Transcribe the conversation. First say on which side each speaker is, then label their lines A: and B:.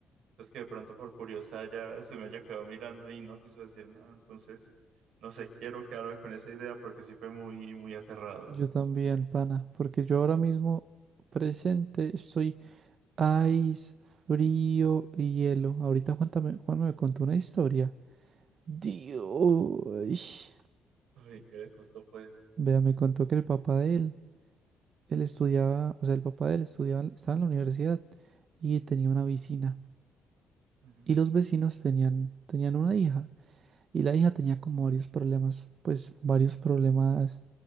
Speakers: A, on the right (about 80°); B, on the right (about 55°).
A: Entonces que de pronto por curiosa ya se me haya quedado mirando y no quiso decir nada. Entonces, no sé, quiero quedarme con esa idea porque sí fue muy, muy aterrador.
B: Yo también, pana. Porque yo ahora mismo presente estoy Ice, frío y hielo. Ahorita Juan, también- Juan me contó una historia. Dios.
A: Uy, ¿qué le contó pues?
B: Vea, me contó que el papá de él, él estudiaba, o sea, el papá de él estudiaba, estaba en la universidad y tenía una vecina.
A: Ujú.
B: Y los vecinos tenían, tenían una hija. Y la hija tenía como varios problemas, pues varios problemas